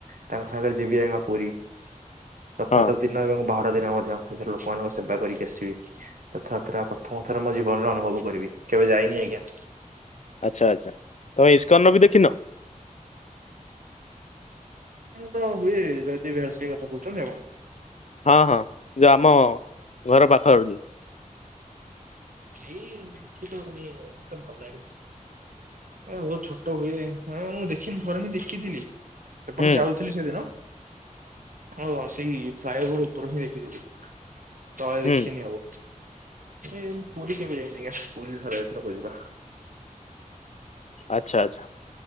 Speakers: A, on the right; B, on the left.
A: ତାଙ୍କ ସାଙ୍ଗରେ ଯିବି ଆଜ୍ଞା ପୁରୀ ଯଥଥ
B: ହଁ
A: ଦିନ ଏବଂ ବାହାର ଖଟ ଦିନ ମଧ୍ୟ ସେଥିରେ ଲୋକମାନଙ୍କ ସେବା କରିକି ଆସିବି ଯଥାଯାତ୍ରା ପ୍ରଥମ ଥର ମୋ ଜୀବନରେ ଅନୁଭବ କରିବି। କେବେଜାାଇ ନି ହେଗ।
B: ଆଚଛା ଆଚ୍ଛା ତମେ ଇସ୍କନ ବି ଦେଖିନ
A: ତ ହୁଏ ଜୟଦୀବ ବିହ ସେ କଥା କହୁଛନ୍ତି ଆପଣ
B: ହଁ ହଁ ଯଉ ଆମ ଘର ପାଖ ଯୁ
A: ଏ ସେିକ ପାଇଁ ଉତମ ଭବୁ ଏ ବହୁତ ଛୋଟ ହୁଏ ହଁ ମୁଁ ଦେଖିନି ଥରେ ହିଁ ଦେଖିଥିଲି। ଏପଟେ
B: ହୁଁ
A: ଯାଉଥିଲି ସେଦିନ ହଁ ସେଇ ଫ୍ଲାଇ ଓଭର ଉପର ହିଁ ଦେଖିଥିଲୁ ତଳେ
B: ହୁଁ
A: ଦେଖିନି ଆଉ। ପୁରୀ କେମିତି ଯାଇନି ଆଜ୍ଞା ପୁରୀ ଥର ଏଥରେ ବଜିବା
B: ଆଚ୍ଛା ଆଚ୍ଛା।